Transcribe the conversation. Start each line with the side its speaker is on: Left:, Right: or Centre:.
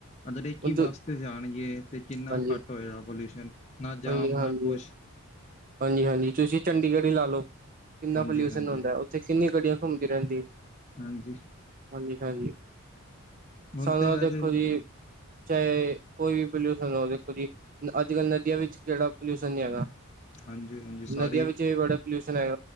Left: ਆ ਜਿਹੜੀ।
Right: ਹੁਣ
Left: ਕੀ ਬੱਸ ਤੇ ਜਾਣਗੇ, ਤੇ ਕਿੰਨਾ
Right: ਹਾਂਜੀ
Left: ਘੱਟ ਹੋਏਗਾ ਪੋਲਿਊਸ਼ਨ। ਨਾ ਜਾਮ
Right: ਹਾਂਜੀ, ਹਾਂਜੀ,
Left: ਨਾ ਕੁਛ
Right: ਹਾਂਜੀ, ਹਾਂਜੀ, ਤੁਸੀਂ ਚੰਡੀਗੜ੍ਹ ਹੀ ਲਾ ਲਓ। ਕਿੰਨਾ
Left: ਹਾਂਜੀ
Right: ਪੋਲਿਊਸ਼ਨ
Left: ਹਾਂਜੀ
Right: ਹੁੰਦਾ, ਉੱਥੇ ਕਿੰਨੀ ਗੱਡੀਆਂ ਘੁੰਮਦੀ ਰਹਿੰਦੀਆਂ।
Left: ਹਾਂਜੀ।
Right: ਹਾਂਜੀ, ਹਾਂਜੀ
Left: ਹੁਣ
Right: ਸਾਨੂੰ
Left: ਤੇ ਵੈਸੇ
Right: ਦੇਖੋ
Left: ਵੀ
Right: ਜੀ। ਚਾਹੇ ਕੋਈ ਵੀ ਪੋਲਿਊਸ਼ਨ ਹੋ ਦੇਖੋ ਜੀ, ਅੱਜ ਕੱਲ੍ਹ ਨਦੀਆਂ ਵਿੱਚ। ਜਿਹੜਾ ਪੋਲਿਊਸ਼ਨ ਨਹੀਂ ਹੈਗਾ,
Left: ਹਾਂਜੀ ਹਾਂਜੀ ਸਾਰੇ
Right: ਨਦੀਆਂ ਵਿੱਚ ਵੀ ਬੜੇ। ਪੋਲਿਊਸ਼ਨ ਆਏ